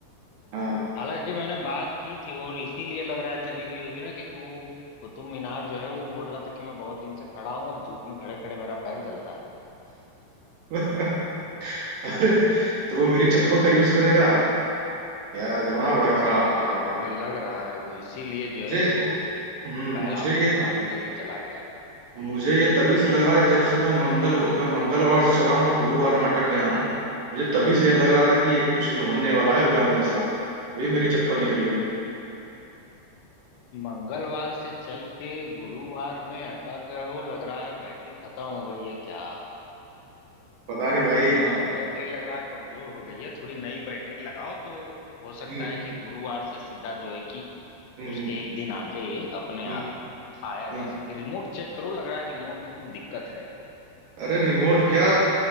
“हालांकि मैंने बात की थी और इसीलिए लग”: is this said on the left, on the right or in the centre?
Left